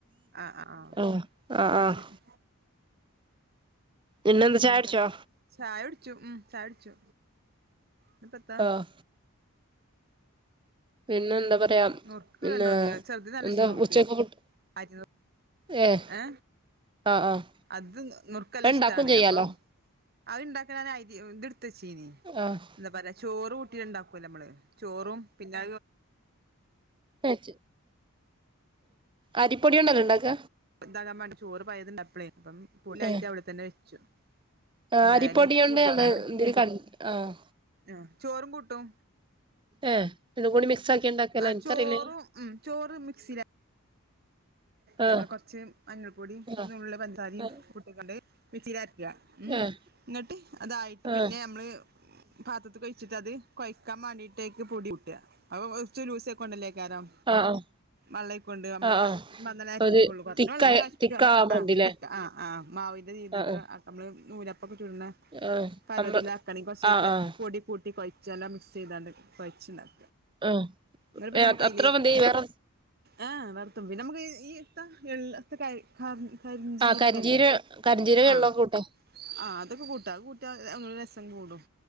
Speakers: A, on the right; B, on the right.
A: ആ ആ ആ
B: ആഹ് ആഹ്
A: അ
B: ആഹ്
A: ത്ശരി
B: പിന്നെന്താ
A: പിന്നെ
B: ചായുടിച്ചോ
A: ന്താ ചായുട്ച്ചു ഉം ചായുട്ച്ചു ഞ്ഞ്പ്പത്താ
B: ആഹ് പിന്നെ എന്താ പറയാ
A: നൂർക്ക്
B: പിന്നെ
A: വേണ്ടോന്നിയ ചെറുത് നല്ല
B: എന്താ
A: ഇഷ്‌ടാ
B: ഉച്ചക്ക് ഫുഡ്
A: അരി നുർക്ക്
B: ഏഹ്
A: ഏ
B: ആഹ് ആഹ്
A: അത് നുറക്ക ല്ല
B: അത് ഇണ്ടാക്കും
A: ശ്ടാകണ്
B: ചെയ്യാലോ
A: അപ്പം അഹ്ണ്ടാക്കാനൻ ഹരിത് ട് ത്ത ച്ചീനി
B: ആഹ്
A: എന്താ പറയാ ചോറൂട്ടിണ്ടാക്കൂല്ലോലെ നമ്മള് ചോറും പിന്നെ
B: വെച്ച അരിപ്പൊടിിയോ ണ്ടല്ലെ ണ്ടാക്ക
A: പ്പതാകാൻ മാണ്ട ചോറ് പയത ണ്ടായ പ്പളേഅപ്പം പുലായിട്ട
B: ഏഹ്
A: വ തെ തന്നെ വെച്ചു
B: ആഹ്
A: ണ്ടായാല്കൂട്ടിക്കാണ്ട്
B: അരിപ്പൊടിയോണ്ട് ആണ് ഇതില് ക ആഹ്
A: ആ ചോറും കൂട്ടും.
B: ഏഹ് രണ്ടും കൂടി മിക്സ് ആക്കി ഇണ്ടാക്കലാ
A: ആ
B: എനിക്കറിയില്ലേനു
A: ചോറും ഉം ചോറ് മിക്സിലെ നമ്മള്
B: ആഹ്
A: കൊറച്ച് മഞ്ഞൾ പൊടിയ ഒരു
B: ആഹ്
A: നു ള്ള് ഫൻ സാരിയ
B: ആഹ്
A: കുട്ടിികാണ്ട് മിക്സി ലർക്ക ഉ
B: ഏഹ്
A: ഇന്നങ്ട്ട് അതായിട്ട് പിന്നെ
B: ആഹ്
A: നമ്മള് പാത്രത്ത് കൊഴിച്ചിട്ടത് കൊഴക്കാൻ മാണ്ടിട്ടയ്ക്ക് പൊടി ട്ക്ക ഔ അവു ച്ച് ലൂസ് ആയിക്കൊണ്ടല്ലേ കാരം
B: ആഹ് ആഹ്
A: മള്ളായ് ക്കൊണ്ട് നമ്മളാണ്
B: ആഹ് ആഹ്
A: മ്മങ്ങന അരക്കുള്ളൂ
B: ഒരു
A: കുഞ്ഞ
B: തിക്കായ
A: വെള്ളത്തിലർക്ക
B: തിക്കാവാൻ വേണ്ടില്ലേ
A: ആഹ് ആഹ് ആഹ് മാവിന്റെ രീതിക്ക്
B: ആഹ്
A: നമ്മള് നൂലപ്പൊക്കെ ചുട്ണ
B: ആഹ്
A: പരുവത്തിലാക്കണങ്കി
B: നമ്മള്
A: കുറച്ചക്കെ
B: ആഹ് ആഹ്
A: പൊടി കൂട്ടി കൊയച്ചെല്ലാം മിക്സ് യ്താണ്ട് കൊഴച്ച്ണ്ടാക
B: ആഹ്
A: ന്ന പിന്നെ
B: ഏഹ്
A: നമക്കയ്യില്
B: അത്ര മതി വേറെ
A: ആഹ് വേറത്തും പി നമക്ക് ഈ ഇത്ത എൾ ക ക കരി ജീരകല്ലേ
B: ആഹ് കരിഞ്ചീര കരിഞ്ചീരകം
A: ആഹ്
B: ഉള്ള കൂട്ടോ
A: ആഹ് അതൊക്കെ കൂട്ടാ അത് കൂട്ട്യാ ഒന്നൂടെ എരസം കൂടും